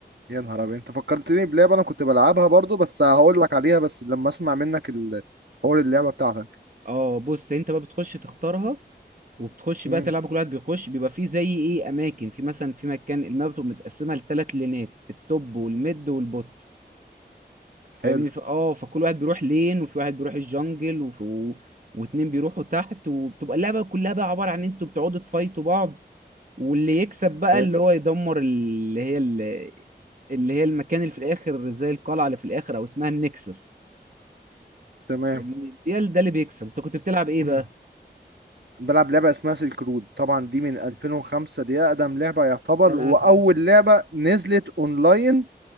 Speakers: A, on the right; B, on the right.
A: يا نهار ابيض انت فكرتني بلعبة انا كنت بلعبها برضو بس هقول لك عليها بس لما اسمع منك ال- حوار اللعبة بتاعتك
B: اه بص انت بقى بتخش تختارها وبتخش
A: امم
B: بقى تلعب كل واحد بيخش بيبقى فيه زي ايه اماكن في مثلا في مكان الماب بتبقى متقسمه لثلاث لينات التوب والميد والبوت فاهمني
A: حلو
B: ف... اه فكل واحد بيروح لين وفي واحد بيروح الجنجل وفي و... واتنين بيروحوا تحت وبتبقى اللعبه كلها بقى عباره عن ان انتوا بتقعدوا تفايتوا بعض واللي يكسب بقى
A: حلو
B: اللي هو يدمر اللي هي ال- اللي هي المكان اللي في الاخر زي القلعه اللي في الاخر او اسمها النكسس
A: تمام
B: فاهمني ده ده اللي بيكسب انت كنت بتلعب ايه
A: <clears throat>
B: بقى
A: بلعب لعبة اسمها سيلك رود طبعا دي من 2005 دي أقدم لعبة يعتبر
B: يا لهوي
A: وأول لعبة نزلت أونلاين